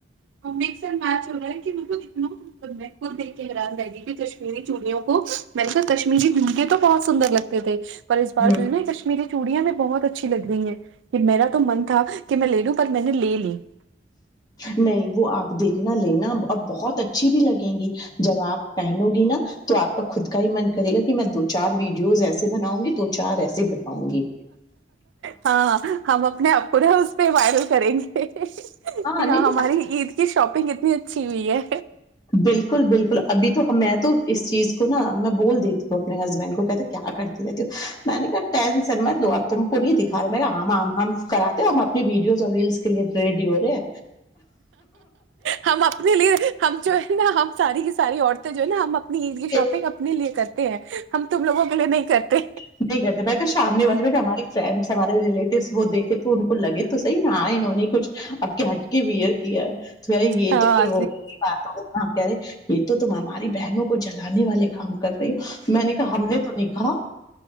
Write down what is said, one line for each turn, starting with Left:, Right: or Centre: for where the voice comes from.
Right: مس اڈ میچ ہو رہا ہے کہ م کو د خود دیکھ کے حیران رہ گی کہ کشمیری چوڑیوں کو م نےے تو کشمیری گھے تو بہت سندر لگتے تھے پر اس بار
Left: ہ
Right: جو ن ک میری چوڑیاں میں بہت اچھی لگ رہی ہیں کہ میرا تو من تھا کہ میں لے لوں پر میں نے لے لی
Left: نہیں وہ آپ دیکھنا لینا اور بہت اچھی بھی لگیں گی جب آپ پہنو گی نا تو آپ کا خود کا ہی من کرے گا کہ میں دو چار ویڈیوز ایسے بناؤں گی دو چار ایسے بناؤں گی
Right: ہاں ہم اپنے اپنا اس پہ ورو کریں گے
Left: نہیں
Right: ہاں ہماری
Left: تو
Right: عید کی شاپنگ اتنی اچھی ہوئی ہے
Left: بالکل بالکل ابھی تو میں تو اس چیز کو نا میں بول دیتی ہوں اپنے ہسبینڈ کو کہتے کیا کرتی رہتی ہوں میں نے کہ ٹینسن میں لو تم کو نہیں دکھا رہے ہم کراتے ہم اپنی ویڈیوز اور ریلس کے لیے ریڈی ہو رہے ہے
Right: ہم اپنے لیے ہم جو ہے نا ہم ساری کی ساری عورتیں جو ہے نا ہم اپنی عید کی شاپنگ
Left: ہیں
Right: اپنے لیے کرتے <inaudible> ہم تم لوگوں کے لیے نہیں کرتے
Left: نہیں کرتے ب تو شامنے
Right: نہیں
Left: والے میں ہماری فرینس ہمارے ریلیٹوس وہ دیکے تو ان کو لگے تو صح رہااں انہوں نے کچھ اب کے ہٹ کے وئر کیا ہے تو کہہے یہ
Right: ہاں
Left: تو پھر وہ بات ہو گئی ہاں کہہ رہے یہ تو تم ہماری بہنوں کو جلانے والے کام کو کر رہی ہ میں نہیں کہا ہم نے تو نہیں ہاں